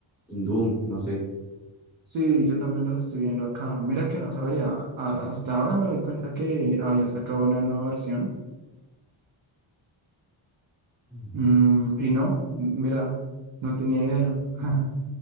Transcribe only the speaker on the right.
Sí, yo también los estoy viendo acá. Mira que no sabía, a- hasta ahora me doy cuenta que habían sacado una nueva versión.
Mm, y no, m- mira, no tenía idea. <laughs>